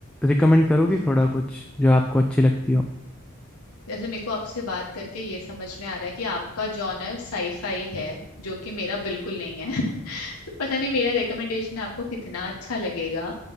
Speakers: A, in the centre; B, on the left.
A: रिकमेंड करोगी
B: हम्म।
A: थोड़ा कुछ जो आपको अच्छी लगती हो
B: जैसे मेरे को आपसे बात करके ये समझ में आ रहा है कि आपका जॉनर साईफाई है जो कि मेरा बिल्कुल नहीं है <laughs> तो पता नहीं मेरा रिकमेंडेशन आपको कितना अच्छा लगेगा